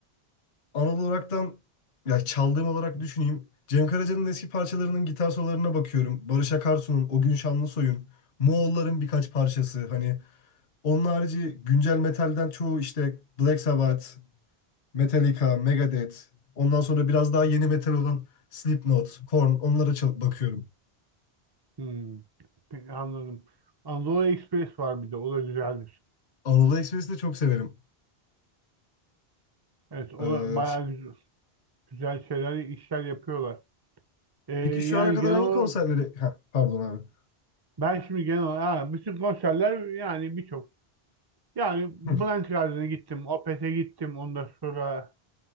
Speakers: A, on the left; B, on the right.
A: Anadolu olaraktan ya çaldığım olarak
B: Hı
A: düşüneyim. Cem Karaca'nın eski parçalarının gitar sololarına bakıyorum. Barış Akarsu'nun, O Gün Şanlısoy'un, Moğolların birkaç parçası. Hani onun harici güncel metalden çoğu işte Black Sabbath, Metallica, Megadeth. Ondan sonra biraz daha yeni metal olan Slipknot, Korn onlara çal- bakıyorum.
B: Hmm. Peki, anladım. Anadolu Express var bir de. O da güzeldir.
A: Anadolu Express'i de çok severim.
B: Evet, o
A: Ee,
B: da bayağı güzel, güzel şeyler, işler yapıyorlar. Ee, yani
A: peki şu ana kadar
B: genel
A: hangi
B: olarak
A: konserleri... Ha, pardon abi.
B: ben şimdi genel olarak ha, bütün konserler yani birçok. Yani
A: Hı,
B: Blank Garden'a gittim, Opeth'e gittim. Ondan sonra